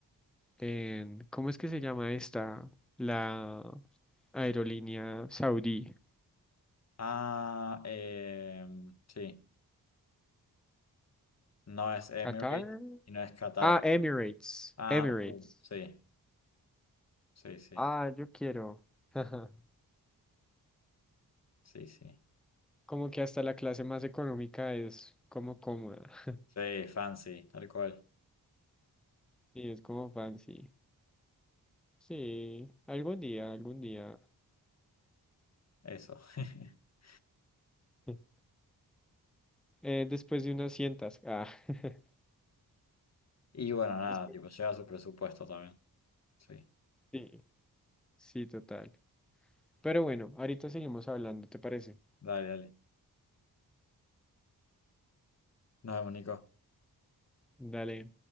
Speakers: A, in the centre; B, on the left (about 40°).
A: en, ¿cómo es que se llama esta? La aerolínea saudí.
B: Ah, eh, sí. No es Emirates
A: ¿Qatar?
B: y no es Qatar.
A: Ah,
B: Air.
A: Emirates.
B: Ah,
A: Emirates.
B: uh, sí, sí, sí,
A: Ah, yo quiero. <laughs> Ajá.
B: sí, sí.
A: Como que hasta la clase más económica es como cómoda. <laughs>
B: Sí, fancy, tal cual.
A: Y es como fancy. Sí, algún día, algún día.
B: Eso. <laughs>
A: <laughs> Eh, después de unas cientas. Ah, <laughs>
B: Y bueno, nada,
A: después-
B: tipo, lleva su presupuesto también. Sí.
A: sí, sí, total. Pero bueno, ahorita seguimos hablando, ¿te parece?
B: Dale, dale. Nos vemos, Nico.
A: Dale.